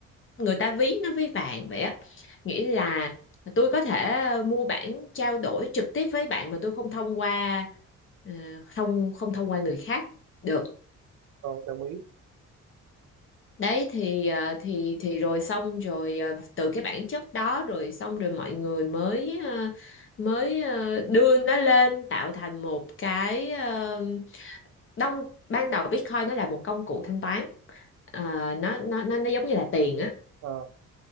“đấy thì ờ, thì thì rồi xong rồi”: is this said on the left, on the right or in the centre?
Left